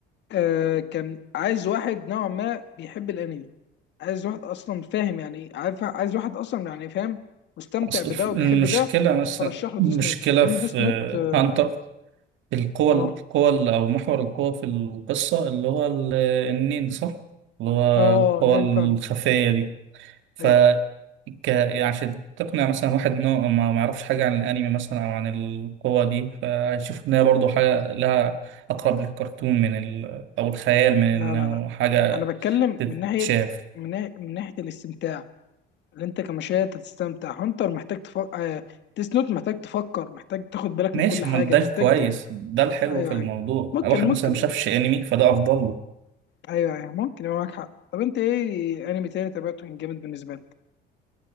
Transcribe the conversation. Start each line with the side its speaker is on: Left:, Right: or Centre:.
Left: آه كان عايز واحد نوعا ما بيحب الانمي عايز واحد اصلا فاهم يعني ايه عارف عايز واحد اصلا يعني فاهم مستمتع
Right: أصل
Left: بده
Right: الف- المشكلة
Left: وبيحب ده
Right: مثلا
Left: فرشح له
Right: المشكلة
Left: ديس نوت لان
Right: في
Left: ديس نوت اه
Right: هانتر القوة
Left: اه
Right: القوة اللي- أو محور القوة في القصة اللي هو ال- النين صح؟ اللي هو
Left: آه،
Right: القوة
Left: نين
Right: الخفية
Left: فعلا
Right: دي ف
Left: ايوه
Right: ك... عشان تقنع مثلا واحد انه ما ما يعرفش حاجة عن الانمي مثلا او عن القوة دي فهيشوف ان هي برضه حاجة لها اقرب للكرتون من ال... او الخيال من انه
Left: لا لا لا
Right: حاجة
Left: انا بتكلم
Right: تتشاف
Left: من ناحيه من ناحيه, من ناحية الاستمتاع اللي انت كمشاهد هتستمتع هانتر محتاج تفكر ديس نوت محتاج تفكر محتاج تاخد بالك
Right: ماشي
Left: من كل حاجه
Right: ما ده
Left: محتاج
Right: الكويس ده الحلو
Left: ايوه
Right: في الموضوع
Left: ايوه ممكن
Right: واحد
Left: ممكن
Right: مثلا ما شافش انمي فده افضل له
Left: ايوه ايوه ممكن يبقى معاك حق طب انت ايه انمي تاني تابعته كان جامد بالنسبه لك